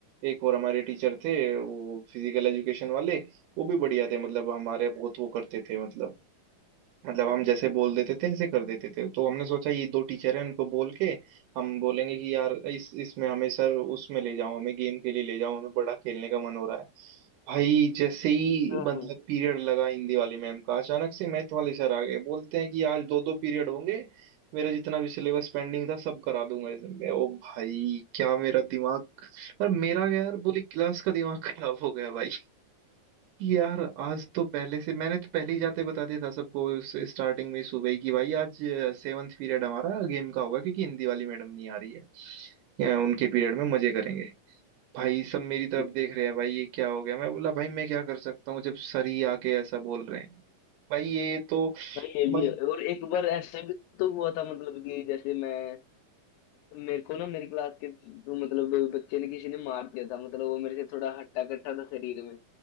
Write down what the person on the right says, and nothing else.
एक और हमारे टीचर थे वो फिजिकल एजुकेशन वाले वो भी बढ़िया थे मतलब हमारे बहुत वो करते थे मतलब मतलब हम जैसे बोल देते थे ऐसे कर देते थे तो हमने सोचा ये दो टीचर हैं उनको बोल के हम बोलेंगे कि यार इस इसमें हमें सर उसमें ले जाओ हमें गेम के लिए ले जाओ हमें बड़ा खेलने का मन हो रहा है भाई जैसे ही
मतलब
पीरियड लगा हिंदी वाली मैम का अचानक से मैथ वाले सर आ गए बोलते हैं कि आज दो दो पीरियड होंगे मेरा जितना भी सिलेबस पेंडिंग था सब करा दूंगा इसमें ओ भाई क्या मेरा दिमाग और मेरा क्या यार पूरी क्लास का दिमाग खराब हो गया भाई यार आज तो पहले से मैंने तो पहले ही जाते बता दिया था सबको उस स्टार्टिंग में सुबह ही कि भाई आज सेवन्थ पीरियड हमारा गेम का होगा क्योंकि हिंदी वाली मैडम नहीं आ रही है अ, उनके पीरियड में मजे करेंगे भाई सब मेरी तरफ
देख रहे हैं भाई ये क्या हो गया मैं बोला भाई मैं क्या कर सकता हूँ जब सर ही आके ऐसा बोल रहे हैं भाई ये तो
मज...